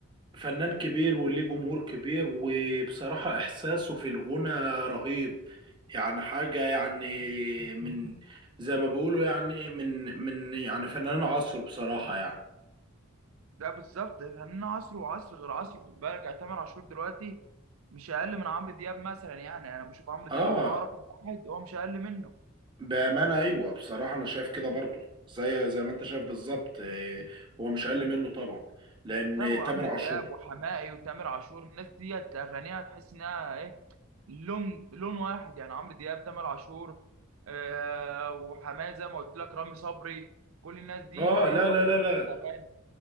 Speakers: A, on the right; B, on the right.
A: فنان كبير وليه جمهور كبير وبصراحه احساسه في الغنى رهيب يعني حاجه يعني من زي ما بيقولوا يعني من من يعني فنان عصره بصراحه يعني
B: لا بالظبط فنان عصر وعصر غير عصر خد بالك يعني تامر عاشور دلوقتي مش اقل من عمرو دياب مثلا يعني انا بشوف عمرو
A: اه
B: دياب ان هو رقم واحد هو مش اقل منه
A: بأمانة أيوة بصراحة أنا شايف كده برضو زي زي ما أنت شايف بالظبط إيه، هو مش أقل منه طبعا لأن
B: ده هو عمرو
A: تامر عاشور
B: دياب وحماقي وتامر عاشور الناس ديت اغانيها تحس انها ايه لون لون واحد يعني عمرو دياب تامر عاشور آه وحماقي زي ما قلت لك رامي صبري كل الناس دي
A: آه
B: ليها
A: لا
B: لون
A: لا لا
B: في
A: لا
B: الاغاني